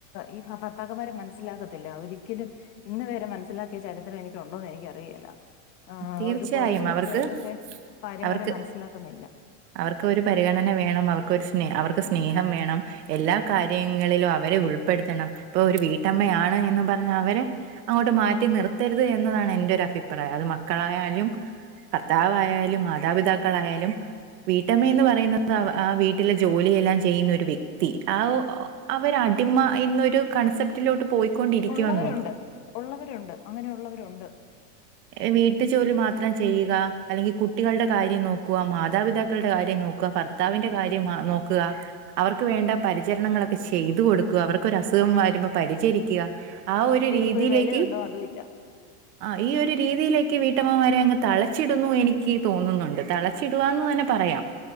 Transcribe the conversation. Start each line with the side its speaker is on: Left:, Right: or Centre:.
Left: ഈ ഭർത്താക്കന്മാര് മനസ്സിലാക്കത്തില്ല അവരി ഒരിക്കലും ഇന്ന് വരെ മനസ്സിലാക്കിയ ചരിത്രം എനിക്കുണ്ടോന്ന് എനിക്ക് അറിയുകെല ആ
Right: തീർച്ചയായും
Left: ഒരു കുറച്ച്
Right: അവർക്ക്
Left: പേരൊക്കെ ഭാര്യമാരെ
Right: അവർക്ക്
Left: മനസ്സിലാക്കുന്നില്ല
Right: അവർക്ക് ഒരു പരിഗണന വേണം അവർക്ക്ഒരു സ്നേ അവർക്ക് സ്നേ സ്നേഹം വേണം എല്ലാ കാര്യങ്ങളിലും അവരെ ഉൾപ്പെടുത്തണം ഇപ്പൊ ഒരു വീട്ടമ്മയാണ് എന്നും പറഞ്ഞ് അവരെ അങ്ങോട്ട് മാറ്റി നിർത്തരുത് എന്നതാണ് എന്റെ ഒരു അഭിപ്രായം അത് മക്കളായാലും ഭർത്താവായാലും മാതാപിതാക്കളായാലും വീട്ടമ്മയെന്ന് പറയുന്നത് ആ വീട്ടിലെ ജോലിയെല്ലാം ചെയ്യുന്ന ഒരു വ്യക്തി ആ ഓ അവരാണ് അടിമ എന്നൊരു കൺസെപ്റ്റിലോട്ട് പോയിക്കൊണ്ടിരിക്കുവാന്ന്
Left: ഒള്ളവരുണ്ട്
Right: തോന്നുന്നു
Left: ഒള്ളവരുണ്ട് അങ്ങനെഒള്ളവരുണ്ട്
Right: ഏ വീട്ടു ജോലി മാത്രം ചെയ്യുക അല്ലെങ്കിൽ കുട്ടികളുടെ കാര്യം നോക്കുക മാതാപിതാക്കളുടെ കാര്യം നോക്കുക ഭർത്താവിന്റെ കാര്യംമാ നോക്കുക അവർക്ക് വേണ്ട പരിചരണങ്ങളൊക്കെ ചെയ്ത് കൊടുക്കുക അവർക്ക് ഒരു അസുഖം വരുമ്പോ പരിചരിക്കുക ആ ഒരു
Left: പക്ഷെ
Right: രീതിയിലേക്ക്
Left: ഇവർക്കൊരു വിലയുണ്ടോ അതും ഇല്ല
Right: ആ ഈ ഒരു രീതിയിലേക്ക് വീട്ടമ്മമാരെ അങ്ങ് തളച്ചിടുന്നു എനിക്ക് തോന്നുന്നുണ്ട് തളച്ചിടവാന്ന് തന്നെ പറയാം